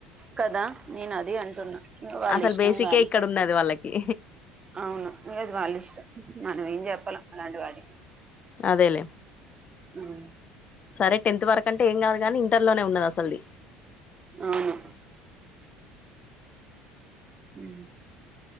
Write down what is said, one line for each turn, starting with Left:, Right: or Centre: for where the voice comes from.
Right: కదా నేను అది అంటున్నా ఇంకా వాళ్ళ
Left: అసలు
Right: ఇష్టం
Left: బేసికే
Right: గాని
Left: ఇక్కడ ఉన్నది వాళ్ళకి
Right: అవును ఇంగ అది వాళ్ళ ఇష్టం మనం ఏం చెప్పాలం అలాంటి వాటికి
Left: అదేలేే
Right: య్
Left: సరే టెన్త్ వరకు అంటే ఏ కాదుగానీ ఇంటర్లోనే ఉన్నద సల్ది
Right: అవును ఉమ్